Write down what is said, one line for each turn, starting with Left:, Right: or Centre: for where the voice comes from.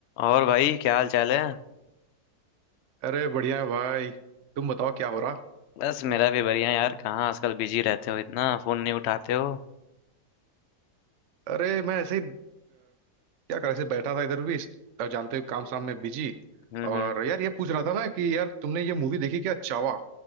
Left: और भाई क्या हाल चाल है
Right: अरे बढ़िया है भाई तुम बताओ क्या हो रहा
Left: बस मेरा भी बढ़िया यार कहाँ आजकल बिजी रहते हो इतना फोन नहीं उठाते हो
Right: अरे मैं ऐसे ही अ, क्या कर ऐसे बैठा था इधर भी इस- अ, जानते हो काम शाम में बिजी
Left: हम्म
Right: और
Left: हम्म
Right: यार ये पूछ रहा था ना कि यार तुमने ये मूवी देखी क्या चावा